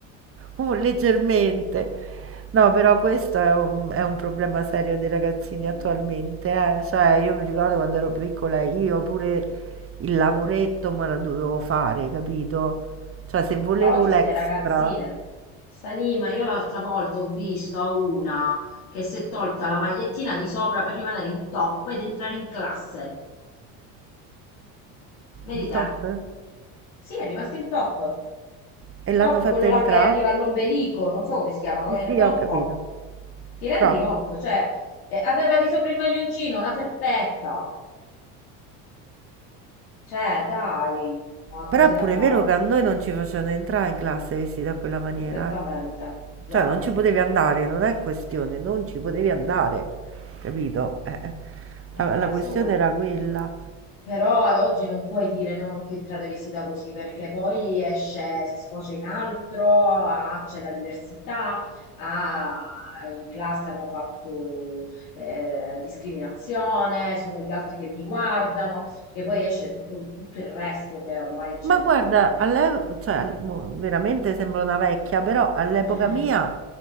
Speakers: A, on the right; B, on the left.
A: un- leggermente. No, però questo è un, è un problema serio dei ragazzini
B: Mh.
A: attualmente, eh. Cioè, io mi ricordo quando ero piccola, io pure il lavoretto me lo dovevo fare, capito? Cioè, se volevo
B: Cioè oggi
A: l'extra
B: ste ragazzine, sta lì, ma io l'altra volta ho visto a una che si è tolta la magliettina di sopra per rimanere in top ed entrare in classe. Vedi
A: in top
B: te? Sì, è rimasta in top.
A: e l'hanno
B: Top,
A: fatta
B: quello
A: entrare,
B: là che arriva all'ombelico, non so come si chiama,
A: sì,
B: eh, non
A: sì,
B: è
A: ho
B: un
A: capito.
B: top. Ti rendi
A: Crop.
B: conto? Cioè, eh, aveva di sopra il maglioncino, una felpetta. Cioè, dai, ma cose
A: Però è
B: da
A: pure
B: pazzi.
A: vero che a noi non ci facevano entrare in classe vestiti da quella maniera,
B: perfettamente
A: eh.
B: già
A: Cioè non ci potevi andare, non è questione,
B: eh
A: non ci potevi andare, capito? Eh, eh.
B: eh,
A: la,
B: questo
A: la questione
B: vuol
A: era quella.
B: però ad oggi non puoi dire no, non puoi entrare vestita così perché poi esce, si sfocia in altro, ah, c'è la diversità, ah, in classe hanno fatto eh, discriminazione, sono gli altri che mi guardano, perché poi esce tutto, tutto il resto che ormai c'è
A: Ma
B: nel
A: guarda,
B: mondo.
A: all'e- cioè, mo veramente sembro una vecchia, però all'epoca
B: Eh,
A: mia